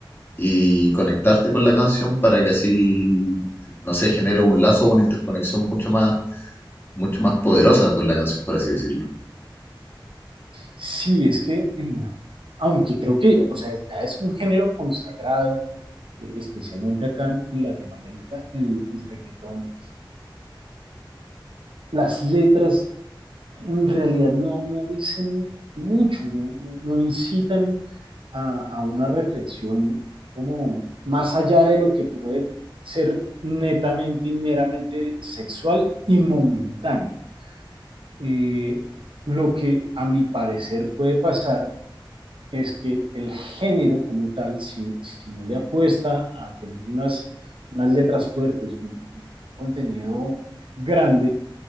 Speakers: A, on the left; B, on the right.
A: y conectarte con la canción para que así, no sé, genere un lazo o una interconexión mucho más, mucho más poderosa con la canción, por así decirlo.
B: Sí, es que, eh, aunque creo que, o sea, ya es un género consagrado, eh, especialmente acá en Latinoamérica, el, el reggaetón, las letras en realidad no, no dicen mucho, no, no- no incitan a, a una reflexión como más allá de lo que puede ser netamente y meramente sexual y momentáneo. Eh, lo que a mi parecer puede pasar es que el género como tal, si, si no le apuesta a tener unas, unas letras fuertes, un un contenido grande,